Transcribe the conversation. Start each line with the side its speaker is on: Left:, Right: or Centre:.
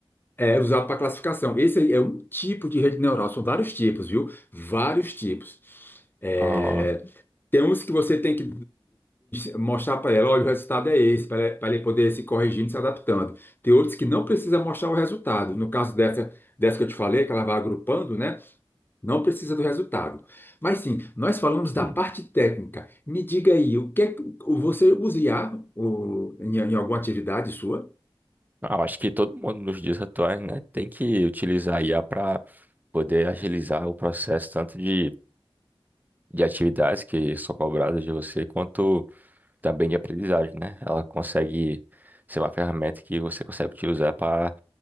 Left: É usado para classificação. Esse aí é um tipo de rede neural, são vários tipos, viu? Vários tipos. É,
Right: Ah,
Left: tem uns que você tem que eh, mostrar para ela, olha, o resultado é esse, para ela, pra ela poder se corrigindo, e se adaptando. Tem outros que não precisa mostrar o resultado. No caso dessa, dessa que eu te falei, que ela vai agrupando, né? Não precisa do resultado. Mas sim, nós falamos da
Right: hum.
Left: parte técnica. Me diga aí, o que é que o- você usa IA o- em, em alguma atividade sua?
Right: Ah, eu acho que todo mundo nos dias atuais, né, tem que utilizar a IA para poder agilizar o processo tanto de de atividades que são cobradas de você, quanto também de aprendizagem, né? Ela consegue ser uma ferramenta que você consegue utilizar para